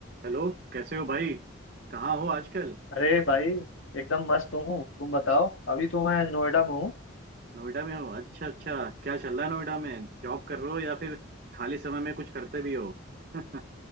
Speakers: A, on the right; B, on the left.
A: Hello कैसे हो भाई कहाँ हो आजकल
B: अरे भाई एकदम मस्त हूँ तुम बताओ अभी तो मैं नोएडा में हूँ
A: नोएडा में हो अच्छा अच्छा क्या चल रहा है नोएडा में जॉब कर रहे हो या फिर खाली समय में कुछ करते भी हो <laughs>